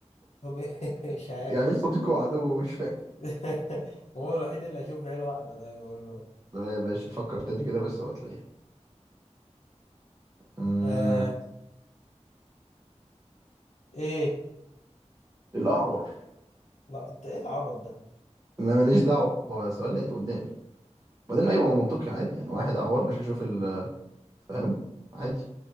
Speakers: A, on the left; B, on the right.
A: طب <laughs> مش
B: <laughs>
A: عارف
B: يعني مين صديقه وعدوه مش فاهم
A: <laughs> هو الوحيد اللي هشوف بعين واحدة ده بقول له
B: لا يا باشا فكر تاني كده بس وهتلاقيها امم
A: آه ايه
B: الاعور
A: لا انت ايه العبط ده
B: انا ماليش دعوه هو السؤال لقيته قدامي وبعدين ايوه ما منطقي عادي يعني واحد اعور مش هيشوف ال فاهم عادي